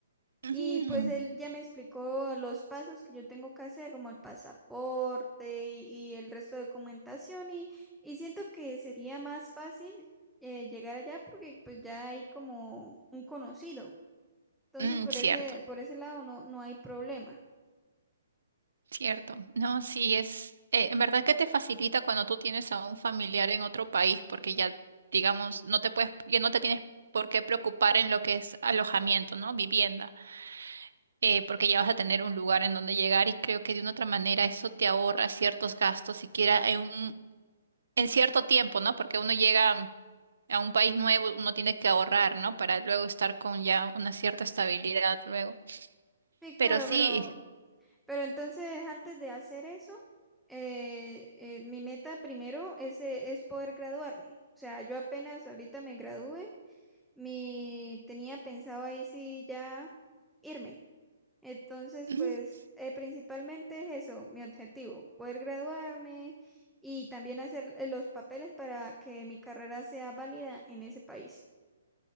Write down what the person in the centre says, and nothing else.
y pues él ya me explicó los pasos que yo tengo que hacer, como el pasaporte y, y el resto de documentación y, y siento que sería más fácil eh, llegar allá porque pues ya hay como un conocido. Entonces,
por
ese, por ese lado no, no hay problema.
Sí, claro,
pero, pero entonces antes de hacer eso, eh, eh, mi meta primero es, eh, es poder graduarme. O sea, yo apenas ahorita me gradué, mi, tenía pensado ahí sí ya irme. Entonces,
pues eh, principalmente es eso, mi objetivo, poder graduarme y también hacer eh, los papeles para que mi carrera sea válida en ese país.